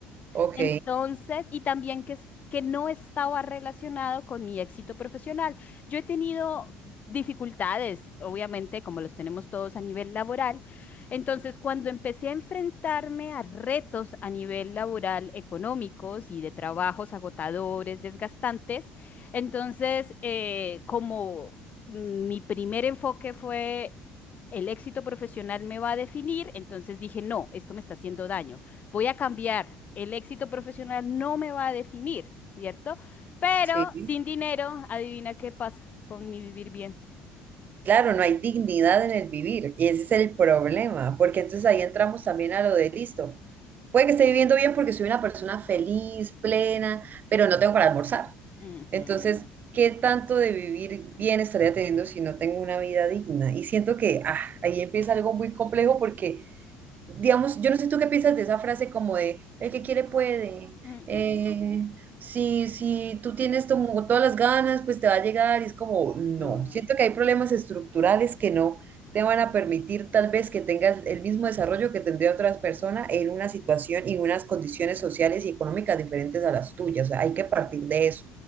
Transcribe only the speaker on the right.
Ok,
sí.
Claro, no hay dignidad en el vivir y ese es el problema, porque entonces ahí entramos también a lo de listo. Puede que esté viviendo bien porque soy una persona feliz, plena, pero no tengo para almorzar.
Entonces, ¿qué tanto de vivir bien estaría teniendo si no tengo una vida digna? Y siento que ah, ahí empieza algo muy complejo porque Digamos, yo no sé tú qué piensas de esa frase como de, el que quiere puede.
Eh,
si, si tú tienes como todas las ganas, pues te va a llegar. Y es como, no,
siento que hay problemas estructurales que no te van a permitir tal vez que tengas el mismo desarrollo que tendría otras personas en una situación y unas condiciones sociales y económicas diferentes a las tuyas. O sea, hay que partir de eso.